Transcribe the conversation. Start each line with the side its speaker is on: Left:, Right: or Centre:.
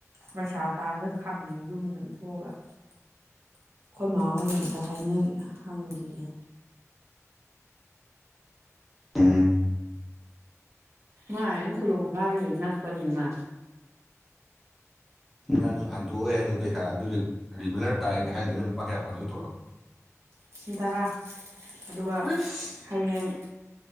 Right: ꯄꯩꯁꯥ ꯇꯥꯕꯗ ꯈꯪꯉꯦ ꯌꯨꯝꯗ ꯑꯗꯨꯊꯣꯛꯑꯒ ꯑꯩꯈꯣꯏ ꯃꯍꯥ ꯍꯣꯏꯒ ꯑꯝꯇ ꯍꯥꯏꯅ ꯍꯪꯈꯤꯒꯦ
Centre: ꯎꯝ
Right: ꯃꯥ ꯌꯦ ꯈꯨꯗꯣꯡ ꯆꯥꯔꯄꯅꯤꯃ
Centre: ꯅꯪꯁꯨ ꯍꯟꯇꯣꯛꯑꯣꯦ ꯍꯥꯏꯗꯣ ꯄꯩꯁꯥ ꯑꯗꯨꯗꯤ ꯔꯤꯒꯨꯂꯔ ꯇꯥꯏꯔꯒꯦ ꯍꯥꯏꯗꯅ ꯂꯨꯄꯥ ꯀꯌꯥ ꯐꯪꯉꯦ ꯇꯧꯣꯔꯛꯑꯣ <unintelligible>
Right: ꯂꯤꯁꯤꯡ ꯇꯔꯥ ꯑꯗꯨꯒ
Centre: ꯑꯁ
Right: ꯍꯌꯦꯡ